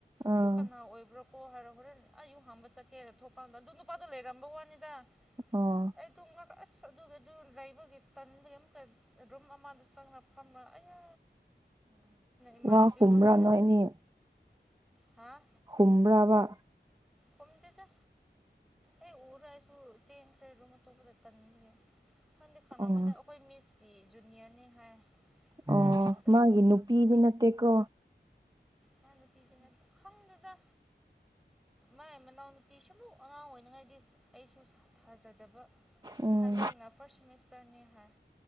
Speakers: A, on the right (about 20°); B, in the centre.
A: ꯑꯥ
B: ꯑꯩ ꯀꯅꯥ ꯑꯣꯏꯕ꯭ꯔꯣ ꯑꯣ ꯍꯥꯏꯔꯣ ꯍꯣꯔꯦꯟ ꯑꯩꯌꯨ ꯍꯥꯡꯕ ꯆꯠꯀꯦꯅ ꯊꯣꯛꯄꯝꯗ ꯑꯗꯨ ꯅꯨꯄꯥꯗꯣ ꯂꯩꯔꯝꯕ ꯋꯥꯅꯤꯗ
A: ꯑꯣ
B: ꯑꯩ ꯑꯗꯨ ꯑꯁ ꯑꯗꯨꯒꯤ ꯑꯗꯨ ꯂꯩꯕꯒꯤ ꯇꯟꯕꯒꯤ ꯑꯃꯨꯛꯇ ꯔꯨꯝ ꯑꯃꯗ ꯆꯪ ꯐ ꯑꯩꯅ ꯏꯃꯥꯟꯅꯕꯤꯉꯣꯟꯗ
A: ꯎ ꯋꯥ ꯀꯨꯝꯕ꯭ꯔꯥ ꯅꯣꯏꯅꯤ
B: ꯍꯥ
A: ꯈꯨꯝ꯭ꯔꯕ
B: ꯍꯣꯝꯗꯗ ꯑꯩ ꯎꯔ ꯑꯩꯁꯨ ꯆꯦꯡꯈ꯭ꯔꯦꯔ ꯑꯇꯣꯞꯄꯗ ꯇꯟꯒꯦ ꯈꯪꯗꯦ ꯈꯅꯥ
A: ꯑꯣ
B: ꯑꯃꯗ ꯑꯩꯈꯣꯏ ꯃꯤꯁꯀꯤ ꯖꯨꯅꯤꯌꯔꯅꯤ ꯍꯥꯏ ꯑꯗ
A: ꯑꯣ
B: ꯃꯤꯁꯀ
A: ꯃꯥꯒꯤ ꯅꯨꯄꯤꯗꯤ ꯅꯠꯇꯦꯀꯣ
B: ꯃꯅ ꯄꯤꯖꯅꯦ ꯈꯪꯗꯗ ꯃ ꯃ ꯄꯤꯤꯁꯃꯨ ꯑ ꯉꯥꯏꯗꯤ ꯑꯩꯁꯨ ꯊꯥꯖꯗꯕ
A: ꯎꯝ
B: ꯍꯟꯗꯛꯅ ꯐꯥꯔ꯭ꯁ ꯁꯦꯃꯤꯁꯇꯔꯅꯤ ꯍꯥꯏ